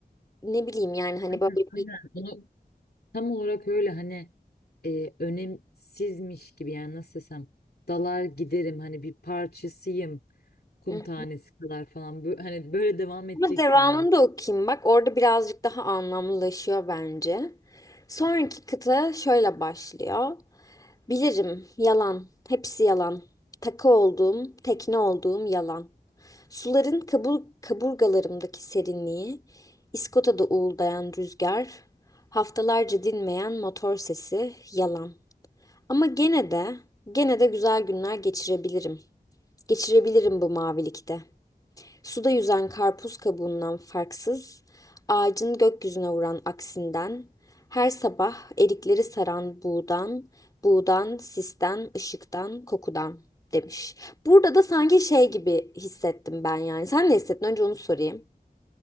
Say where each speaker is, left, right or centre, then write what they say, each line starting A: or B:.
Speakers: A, on the left (about 20°); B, on the left (about 70°).
A: ne bileyim yani hani böyle
B: Aynen. Bunu tam olarak öyle hani e, önemsizmiş gibi yani nasıl desem dalar giderim hani bir parçasıyım kum
A: bir
B: tanesi kadar falan Bö- hani böyle devam edecek
A: Ama devamını
B: sandım.
A: da okuyayım bak. Orada birazcık daha anlamlılaşıyor bence. Sonraki kıta şöyle başlıyor. Bilirim, yalan, hepsi yalan. Takı olduğum, tekne olduğum yalan. Suların kabur, kaburgalarımdaki serinliği, İskota'da uğuldayan rüzgar, haftalarca dinmeyen motor sesi, yalan. Ama gene de, gene de güzel günler geçirebilirim. Geçirebilirim bu mavilikte. Suda yüzen karpuz kabuğundan farksız, ağacın gökyüzüne vuran aksinden, her sabah erikleri saran buğdan, buğdan, sisten, ışıktan, kokudan demiş. Burada da sanki şey gibi hissettim ben yani. Sen ne hissettin? Önce onu sorayım.